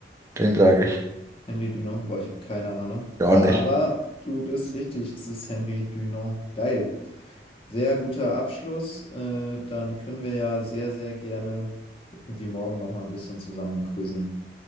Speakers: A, on the right; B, on the left.
A: Den sage ich.
B: Henri Dunant. Boah, ich habe keine Ahnung.
A: Ja, auch
B: Aber
A: nicht.
B: du bist richtig. Es ist Henri Dunant. Geil. Sehr guter Abschluss. Äh, dann können wir ja sehr, sehr gerne irgendwie morgen noch mal ein bisschen zusammen quizzen.